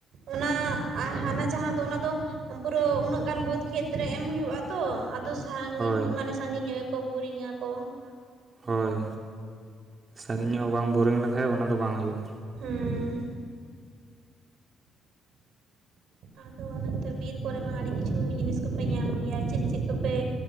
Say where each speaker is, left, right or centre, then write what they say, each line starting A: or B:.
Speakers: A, on the right (about 75°); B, on the right (about 35°).
A: ᱚᱱᱟ ᱟᱨ ᱦᱟᱱᱟ ᱡᱟᱦᱟᱸ ᱫᱚ ᱚᱱᱟ ᱫᱚ ᱯᱩᱨᱟᱹ ᱩᱱᱟᱹᱜ ᱜᱟᱱ ᱵᱟᱹᱫᱽ ᱠᱷᱮᱛᱨᱮ ᱮᱢ ᱦᱩᱭᱩᱜ-ᱟ ᱛᱚ ᱟᱫᱚ, ᱥᱟᱺᱜᱤᱧ
B: ᱦᱳᱭ
A: ᱢᱟᱱᱮ ᱥᱟᱺᱜᱤᱧ ᱧᱚᱜ ᱠᱚ ᱵᱳᱨᱤᱝ ᱟᱠᱚ ᱚᱱᱟ ᱠᱚ,
B: ᱦᱳᱭ ᱥᱟᱺᱜᱤᱧ ᱧᱚᱜ ᱵᱟᱝ ᱵᱳᱨᱤᱝ ᱞᱮᱠᱷᱟᱡ ᱚᱱᱟ ᱫᱚ ᱵᱟᱝ ᱦᱩᱭᱩᱜᱼᱟ᱾
A: ᱦᱩᱸ, ᱟᱫᱚ ᱚᱱᱟ ᱜᱮᱛᱚ ᱵᱤᱨ ᱠᱚᱨᱮ ᱢᱟ ᱟᱹᱰᱤ ᱠᱤᱪᱷᱩ ᱡᱤᱱᱤᱥ ᱠᱚᱯᱮ ᱧᱟᱢ ᱜᱮᱭᱟ ᱪᱮᱫ ᱪᱮᱫ ᱠᱚᱯᱮ?